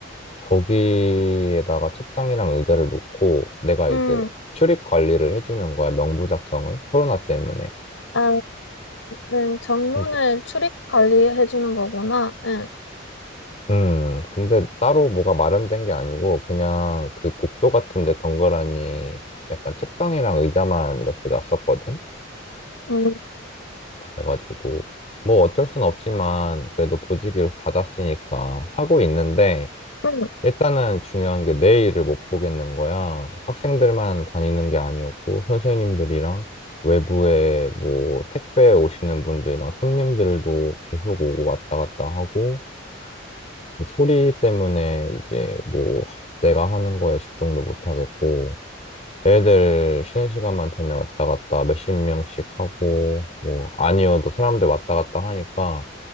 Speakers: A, on the left; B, on the left.
A: 거기에다가 책상이랑 의자를 놓고 내가
B: 응.
A: 이제 출입 관리를 해주는 거야, 명부 작성을. 코로나 때문에.
B: 아, 응, 정문을
A: 음,
B: 출입 관리해 주는 거구나. 응.
A: 음, 근데 따로 뭐가 마련된 게 아니고 그냥 그 복도 같은 데 덩그러니 약간 책상이랑 의자만 이렇게 놨었거든.
B: 음,
A: 그래가지고 뭐 어쩔 순 없지만 그래도 보직을 받았으니까 하고 있는데
B: 음,
A: 일단은 중요한 게 내일을 못 보겠는 거야. 학생들만 다니는 게 아니었고, 선생님들이랑 외부에 뭐 택배 오시는 분들이랑 손님들도 계속 오고 왔다 갔다 하고, 그 소리 때문에 이제 뭐 내가 하는 거에 집중도 못 하겠고, 애들 쉬는 시간만 되면 왔다 갔다 몇십 명씩 하고, 뭐 아니어도 사람들 왔다 갔다 하니까,